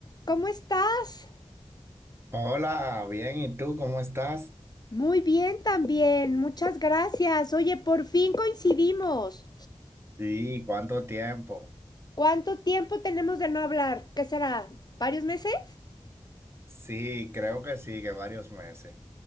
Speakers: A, on the left; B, on the right.
A: ¿Cómo estás?
B: Hola, bien, ¿y tú cómo estás?
A: Muy bien también, muchas gracias. Oye, por fin coincidimos.
B: Sí, ¿cuánto tiempo?
A: ¿Cuánto tiempo tenemos de no hablar? ¿Qué será? ¿Varios meses?
B: Sí, creo que sí, que varios meses.